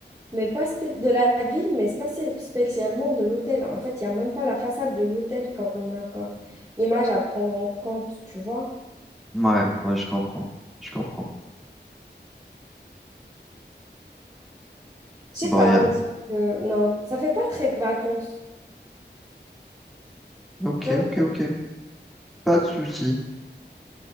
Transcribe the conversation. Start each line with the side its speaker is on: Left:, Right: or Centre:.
Right: mais pas spé- de la ville, mais c'est pas spé- spécialement de l'hôtel. En fait, il n'y a même pas la façade de l'hôtel comme, comme image à prendre en compte, tu vois.
Centre: Ouais, ouais, je comprends. Je comprends.
Right: Je sais
Centre: Bon,
Right: pas,
Centre: y a-
Right: on dirait que non, ça fait pas très vacances.
Centre: Ok,
Right: Tiens.
Centre: ok, ok. Pas de souci.